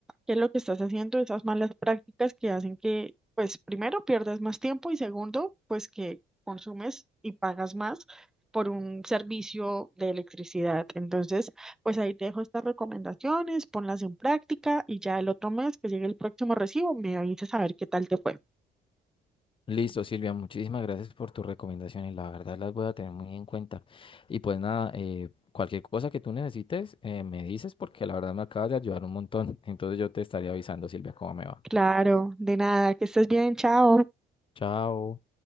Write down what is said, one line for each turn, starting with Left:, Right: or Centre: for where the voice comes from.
Centre: qué es lo que estás haciendo, esas malas prácticas que hacen que, pues, primero pierdas más tiempo y segundo, pues que consumes y pagas más por un servicio de electricidad. Entonces, pues ahí te dejo estas recomendaciones, ponlas en práctica y ya el otro mes que llegue el próximo recibo me avisas a ver qué tal te fue.
Left: Listo, Silvia, muchísimas gracias por tus recomendaciones. La verdad las voy a tener muy en cuenta. Y pues nada, eh, cualquier cosa que tú necesites, eh, me dices porque la verdad me acabas de ayudar un montón. <laughs> Entonces yo te estaría avisando, Silvia, cómo me va.
Centre: Claro, de nada, que estés bien, chao.
Left: Chao.